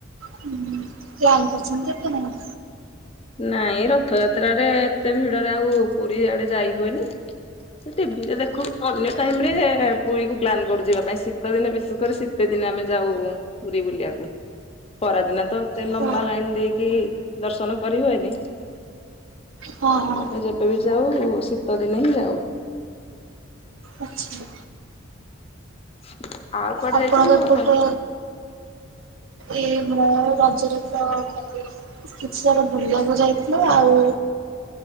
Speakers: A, on the right; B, on the left.
A: ପ୍ଲାନ କରୁଛନ୍ତି ଆପଣ ମାନେ।
B: ନାଇଁ ରଥଯାତ୍ରାରେ ଏତେ ଭିଡରେ ଆଉ ପୁରୀ ଆଡେ ଯାଇ ହୁଏନି। ସେ ଟିଭିରେ ଦେଖୁ। ଅନ୍ୟ ଟାଇମ ରେ ପୁରୀ କ ପ୍ଲାନ୍ କରୁ ଯିବା ପାଇଁ ଶୀତ ଦିନେ ବିଶେଷ କରି ଶୀ ତେ ଦିନ ଆମେ ଯାଉ ପୁରୀ ବୁଲିବାକୁ। ଖରାଦିନ ତ ଏତେ ଲମ୍ବା
A: ହଁ
B: ଲାଇନ ଦେଇକି ଦର୍ଶନ କରି ହୁଏନି।
A: ହଁ ହଁ
B: ଆମେ ଯେବେବି ଯାଉ ଶୀତ ଦିନେ ହିଁ ଯାଉ।
A: ଆଚ୍ଛା।
B: <inaudible>
A: ଆପଣଙ୍କରପଟ
B: ଯାଇଛନ୍ତି ତମେ?
A: ଏଇ ମୋ ରାଜ୍ୟରେ ତ କାଲି କିଛି ସଟା ଭୁଲିବାକୁ ଯାଇଥିଲ ଆଉ